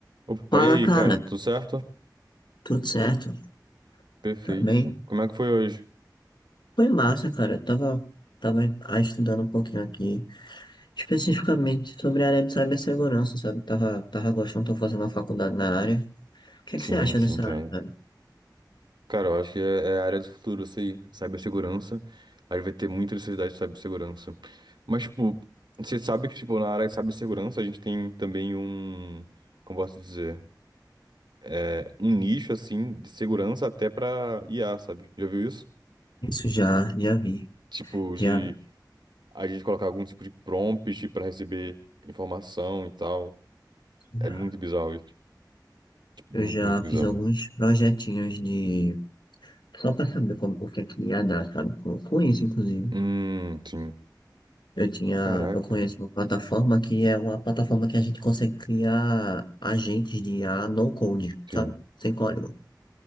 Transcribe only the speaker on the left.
Fala,
cara.
Tudo certo?
Tá bem?
Foi massa, cara. Eu Tava, tava ah, estudando um pouquinho aqui, especificamente sobre a área de cibersegurança, sabe? Tava, tava gostando, tô fazendo uma faculdade na área. O que é
que você acha
dessa
área, cara?
Isso já, já vi.
Já,
já.
Eu já
fiz alguns projetinhos de... Só pra saber como, o que é que ia dar, sabe? Com, com isso, inclusive.
Eu tinha,
eu conheço uma plataforma que é uma plataforma que a gente consegue criar agentes de I A no code,
sabe? Sem código.